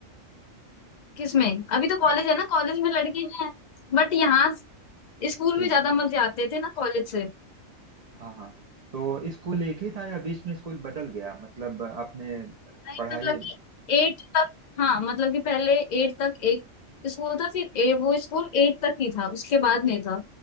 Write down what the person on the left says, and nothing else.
किसमें अभी तो कॉलेज
है ना कॉलेज में लड़के हैं बट यहाँ स्कूल
में ज्यादा मजे आते थे ना कॉलेज से
नहीं
मतलब कि एट तक हाँ मतलब कि पहले एट तक एक स्कूल था फिर ए, वो स्कूल एट तक ही था उसके बाद नहीं था